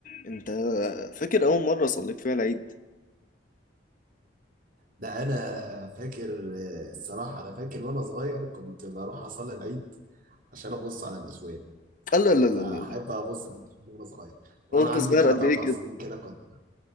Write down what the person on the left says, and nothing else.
انت فاكر اول مره صليت فيها العيد
لا لا لا
لا لا
وانت
صغير
قد
ايه كده